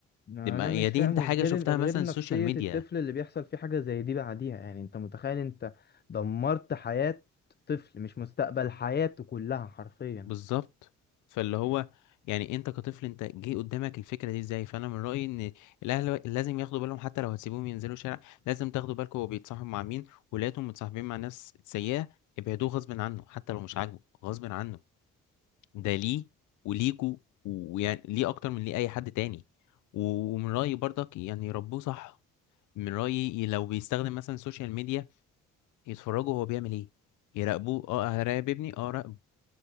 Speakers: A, on the left; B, on the left.
A: انا
B: دي ما...
A: مش
B: هي دي
A: فاهم
B: انت حاجة
A: غير
B: شفتها
A: غير
B: مثلا السوشيال
A: نفسية
B: ميديا
A: الطفل اللي بيحصل فيه حاجة زي دي بعديها يعني انت متخيل انت دمرت حياة طفل مش مستقبل حياته كلها حرفيا
B: بالظبط فاللي هو يعني انت كطفل انت جه قدامك الفكره دي ازاي فانا من رايي ان الاهل لازم ياخدوا بالهم حتى لو هتسيبوهم ينزلوا الشارع لازم تاخدوا بالكم هو بيتصاحب مع مين ولادهم متصاحبين مع ناس سيئه ابعدوه غصب عنه حتى لو مش عاجبه غصب عنه ده ليه وليكوا ويعني ليه اكتر من ليه اي حد تاني و- ومن رايي برضك يعني يربوه صح من رايي لو بيستخدم مثلا السوشيال ميديا يتفرجوا هو بيعمل ايه يراقبوه اه هراقب ابني اه